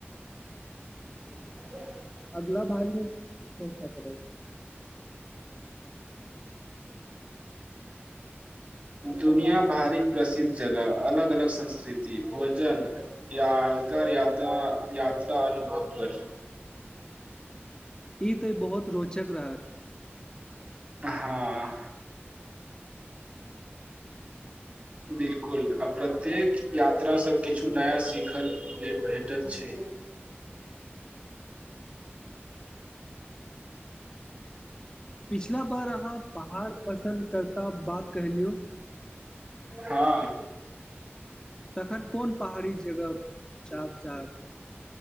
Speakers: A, on the right; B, on the left.
A: <inaudible>
B: अगला भइ ने <unintelligible>
A: दुनिया भारिक प्रसिद्ध जगह अलग अलग संस्कृति भोजन यादगार या यात्रा अनुभव पर
B: ई तऽ बहुत रोचक रहत
A: हँ बिल्कुल आ प्रत्येक यात्रासँ किछु नया सीखल नहि भेटैत छै
B: पिछि ला बार अहाँ पहाड़ पर पस करता बात कहलियौ
A: हँ
B: तखन कोन पहाड़ी जगह चाप चाप